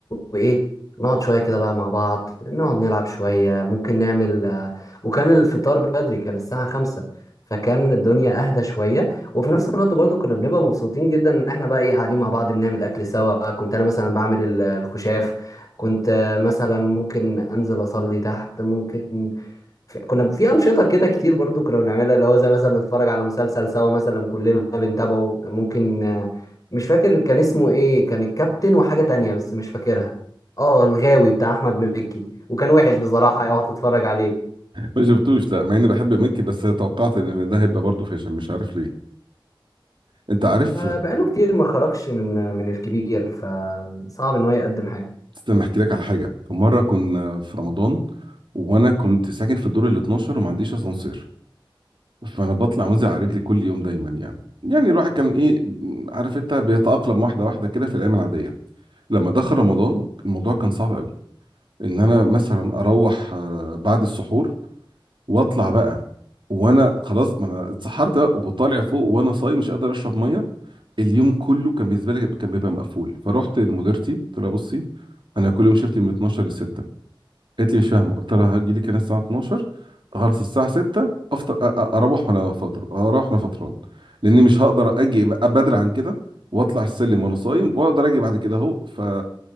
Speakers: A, on the left; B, on the right.
A: وايه نقعد شويه كده بقى مع بعض نقعد نلعب شويه ممكن نعمل آه، وكان الفطار بدري كان الساعه 5 فكان الدنيا اهدى شويه وفي نفس الوقت برضو كنا بنبقى مبسوطين جدا ان احنا بقى ايه قاعدين مع بعض بنعمل اكل سوا كنت انا مثلا بعمل ال- الخشاف كنت آه، مثلا ممكن انزل اصلي تحت ممكن في- كنا في انشطه كده كتير برضو كنا بنعملها اللي هو زي مثلا نتفرج على مسلسل سوا مثلا لما كلنا بنتابعه ممكن آه، مش فاكر كان اسمه ايه كان الكابتن وحاجه تانية بس مش فاكرها اه الغاوي بتاع احمد مكي وكان وحش بصراحه اقعد اتفرج عليه
B: ما شفتوش لا مع اني بحب مكي بس توقعت ان ده هيبقى برضه فاشل مش عارف ليه انت عارف
A: آه، بقاله كتير ما خرجش من من الكبير فصعب ان هو يقدم حاجه
B: استنى احكي لك على حاجه في مره كنا في رمضان وانا كنت ساكن في الدور ال 12 وما عنديش اسانسير فانا بطلع وانزل على رجلي كل يوم دايما يعني يعني الواحد كان ايه عارف انت بيتأقلم واحده واحده كده في الايام العاديه لما دخل رمضان الموضوع كان صعب قوي ان انا مثلا اروح آه، بعد السحور واطلع بقى وانا خلاص ما انا اتسحرت بقى وطالع فوق وانا صايم مش قادر اشرب ميه اليوم كله كان بالنسبه لي كان بيبقى مقفول فرحت لمديرتي قلت لها بصي انا كل يوم شفتي من 12 ل 6 قالت لي مش فاهمه قلت لها هاجي لك هنا الساعه 12 غرس الساعه 6 افطر أ- أ- اروح وانا فاطر اروح وانا فطران لاني مش هقدر اجي أبقى بدري عن كده واطلع السلم وانا صايم واقدر اجي بعد كده اهو ف